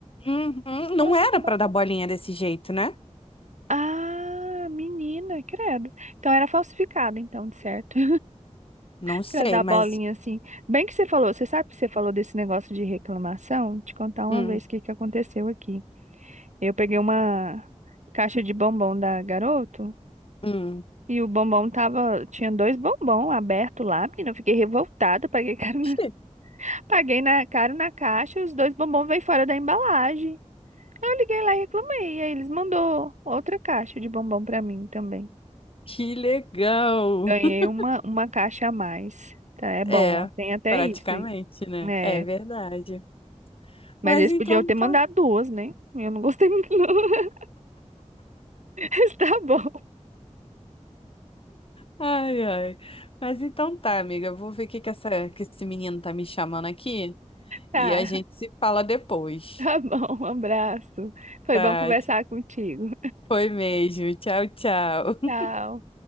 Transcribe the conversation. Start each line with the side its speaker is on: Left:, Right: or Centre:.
Left: Uhum, Não
Right: Nossa,
Left: era
Right: que bacana.
Left: pra dar bolinha desse jeito, né?
Right: Ah, menina, credo. Então era falsificado, então, de certo.
Left: Não sei,
Right: Pra dar
Left: mas.
Right: bolinha assim. Bem que você falou, você sabe que você falou desse negócio de reclamação? Te contar uma
Left: Hum,
Right: vez o que que aconteceu aqui. Eu peguei uma caixa de bombom da Garoto
Left: hum.
Right: e o bombom tava, tinha dois bombom aberto lá, menina, eu fiquei revoltada, paguei caro na,
Left: Oxê,
Right: <laughs> paguei na, caro na caixa, os dois bombom veio fora da embalagem. Eu liguei lá e reclamei, aí eles mandou outra caixa de bombom pra mim também.
Left: Que legal!
Right: Ganhei
Left: <laughs>
Right: uma, uma caixa a mais. Tá, é bom,
Left: É,
Right: ó, tem até
Left: praticamente,
Right: isso aí.
Left: né?
Right: É.
Left: É verdade.
Right: Mas
Left: Mas
Right: eles
Left: então
Right: podiam ter mandado
Left: tá.
Right: duas, né? Eu não gostei muito, não. <laughs> Mas Tá bom,
Left: Ai, ai. Mas então tá, amiga. Eu Vou ver o que que essa, que esse menino tá me chamando aqui
Right: tá.
Left: e a gente se fala depois.
Right: Tá bom, um abraço. Foi
Left: Tá,
Right: bom conversar contigo.
Left: foi mesmo. Tchau, tchau.
Right: Tchau.